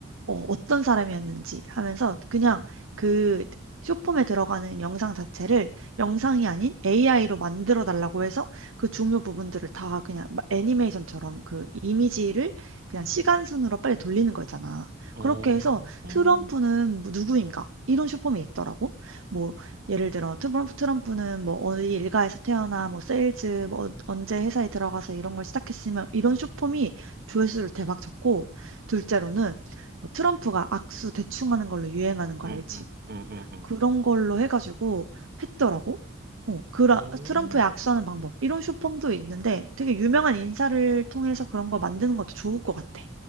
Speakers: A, on the right; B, on the right.
A: 어, 어떤 사람이었는지 하면서 그냥 그 쇼폼에 들어가는 영상 자체를 영상이 아닌 AI로 만들어 달라고 해서 그 중요 부분들을 다 그냥 마- 애니메이션처럼 그 이미지를 그냥 시간 순으로 빨리 돌리는 거 있잖아.
B: 어,
A: 그렇게 해서
B: 어,
A: 트럼프는 뭐 누구인가? 이런 쇼폼이 있더라고. 뭐 예를 들어 트럼프, 트럼프는 뭐 어디 일가에서 태어나 뭐 세일즈 뭐 언제 회사에 들어가서 이런 걸 시작했으면 이런 쇼폼이 조회수를 대박 쳤고 둘째로는 뭐 트럼프가 악수 대충 하는 걸로 유행하는
B: 음,
A: 거 알지?
B: 음, 음, 음, 음.
A: 그런 걸로 해가지고 했더라고. 어, 그라,
B: 어,
A: 트럼프의 악수하는 방법. 이런 쇼폼도 있는데 되게 유명한 인사를 통해서 그런 거 만드는 것도 좋을 것 같아.